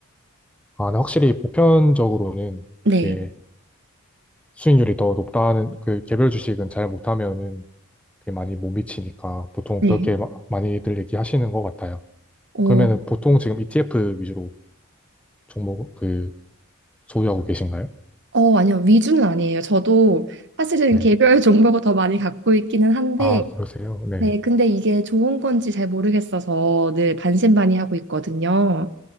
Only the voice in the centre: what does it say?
아, 네, 확실히 보편적으로는
그게 수익률이 더 높다는 그 개별 주식은 잘 못하면은 그게 많이 못 미치니까 보통
그렇게 마- 많이들 얘기하시는 것 같아요.
그러면은 보통 지금 ETF 위주로 종목 그 소유하고 계신가요?
네.
아, 그러세요? 네.